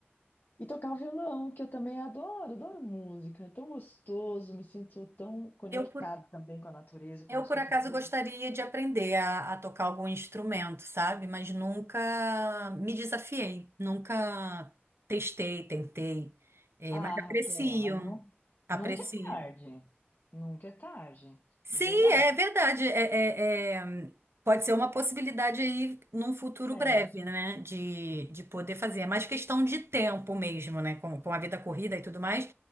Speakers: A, on the left (about 55°); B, on the right (about 80°).
A: E tocar o violão, que eu também adoro, adoro música. É tão gostoso, me sinto tão conectada
B: Eu, por
A: também com a natureza quando
B: Eu,
A: eu escuto
B: por acaso,
A: música.
B: gostaria de aprender a, a tocar algum instrumento, sabe? Mas nunca me desafiei, nunca testei, tentei. É,
A: Ah,
B: mas aprecio,
A: Raquel, mas não,
B: aprecio.
A: nunca é tarde. Nunca é tarde,
B: Sim,
A: de verdade.
B: é verdade. É, é- é, pode ser uma possibilidade aí num futuro
A: É.
B: breve, né? De, de poder fazer. É mais questão de tempo mesmo, né? Com, com a vida corrida e tudo mais.